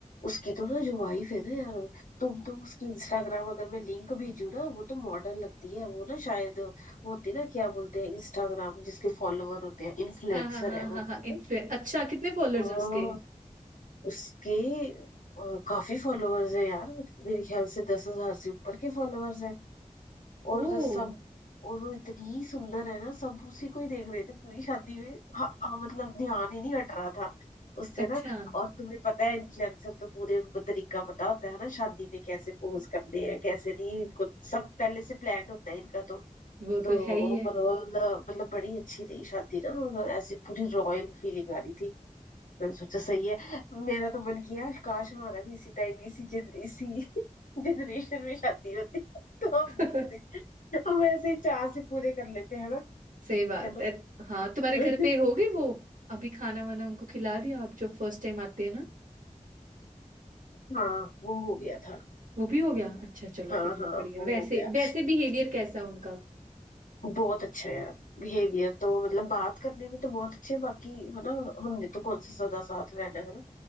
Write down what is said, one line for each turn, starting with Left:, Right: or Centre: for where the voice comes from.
Left: उसकी तो ना जो वाइफ है ना यार तुम तो उसकी इंस्टाग्राम अगर मैं लिंक भेजू ना वो तो मॉडल लगती है वो ना शायद वो होती है ना क्या बोलते हैं इंस्टाग्राम जिसके फॉलोवर होते हैं इन्फ्लुएंसर
Right: हाँ हाँ हाँ
Left: है वो
Right: हाँ हाँ
Left: है ना?
Right: इन्फ्लुएंस अच्छा कितने
Left: हाँ
Right: फॉलोअर्स हैं उसके
Left: उसके अ, काफी फॉलोअर्स है यार मेरे ख्याल से दस हजार से ऊपर के फॉलोअर्स है
Right: ओ
Left: और सब
Right: <laughs>
Left: और वो इतनी सुंदर है ना सब उसी को ही देख रहे थे पूरी शादी में हाँ, हाँ, मतलब ध्यान ही नहीं हट रहा था उससे
Right: अच्छा
Left: ना और तुम्हें पता है इन्फ्लुएंसर तो पूरे उनको तरीका पता होता है ना शादी में कैसे पोज करने हैं कैसे नहीं इनको सब पहले से प्लान होता है इनका तो
Right: वो
Left: तो
Right: तो है ही
Left: ओवरऑल मतलब बड़ी अच्छी रही शादी ना और ऐसी पूरी रॉयल फीलिंग आ रही थी मैंने सोचा सही है मेरा तो मन किया काश हमारा भी इसी टाइम इसी जन, इसी <laughs> जनरेशन में शादी होती तो हम
Right: है
Left: भी पूरे
Right: <laughs>
Left: हम ऐसे ही चाह से पूरे कर लेते हैं ना
Right: सही
Left: लेकिन
Right: बात
Left: चलो
Right: है हाँ तुम्हारे
Left: <laughs>
Right: घर पे हो गई वो अभी खाना वाना उनको खिला दिया आप जो फर्स्ट टाइम आते हैं ना
Left: हाँ वो हो गया था
Right: वो भी हो गया अच्छा चलो
Left: हाँ
Right: बढ़िया
Left: हाँ
Right: बढ़िया
Left: वो
Right: वैसे
Left: हो गया
Right: वैसे बिहेवियर कैसा उनका
Left: बहुत अच्छा है यार बिहेवियर तो मतलब बात करने में तो बहुत अच्छे हैं, बाकी है ना हमने तो कौन सा सदा साथ रहना है ना